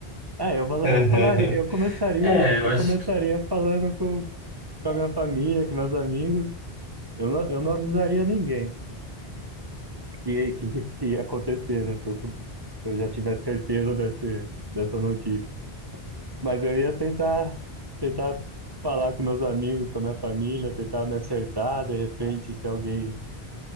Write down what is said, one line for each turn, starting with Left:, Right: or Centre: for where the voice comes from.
Right: é, eu, val-
Left: <laughs>
Right: eu falaria, eu começaria,
Left: É, eu
Right: eu
Left: acho
Right: começaria
Left: que...
Right: falando com, com a minha família, com meus amigos. Eu não, eu não avisaria ninguém que, que, que ia acontecer, né? Se eu, soube- se eu já tivesse certeza desse, dessa notícia. Mas eu ia tentar, tentar falar com meus amigos, com a minha família, tentar me acertar, de repente, se alguém